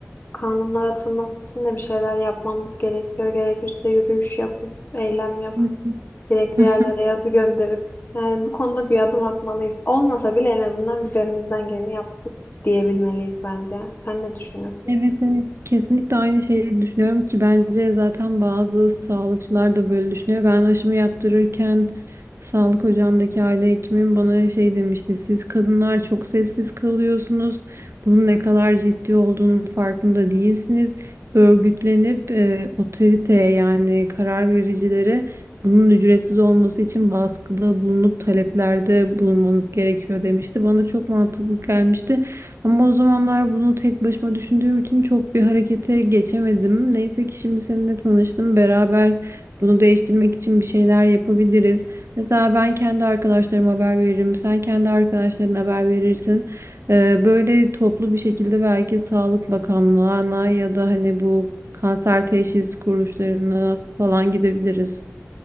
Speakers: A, on the left (about 40°); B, on the right (about 60°).
A: Kanunlar atılması için de bir şeyler yapmamız gerekiyor. Gerekirse yürüyüş yapıp, eylem yapıp,
B: Hı
A: gerekli
B: hı.
A: yerlere yazı gönderip, yani bu konuda bir adım atmalıyız. Olmasa bile en azından biz elimizden geleni yaptık diyebilmeliyiz bence. Sen ne düşünüyorsun?
B: Evet evet kesinlikle aynı şeyi düşünüyorum ki bence zaten bazı sağlıkçılar da böyle düşünüyor. Ben aşımı yaptırırken sağlık ocağındaki aile hekimim bana şey demişti. Siz kadınlar çok sessiz kalıyorsunuz. Bunun ne kadar ciddi olduğunun farkında değilsiniz. Örgütlenip e, otoriteye yani karar vericilere bunun ücretsiz olması için baskıda bulunup taleplerde bulunmanız gerekiyor demişti. Bana da çok mantıklı gelmişti. Ama o zamanlar bunu tek başıma düşündüğüm için çok bir harekete geçemedim. Neyse ki şimdi seninle tanıştım. Beraber bunu değiştirmek için bir şeyler yapabiliriz. Mesela ben kendi arkadaşlarıma haber veririm. Sen kendi arkadaşlarına haber verirsin. Ee, böyle toplu bir şekilde belki Sağlık Bakanlığı'na ya da hani bu kanser teşhis kuruluşlarına falan gidebiliriz.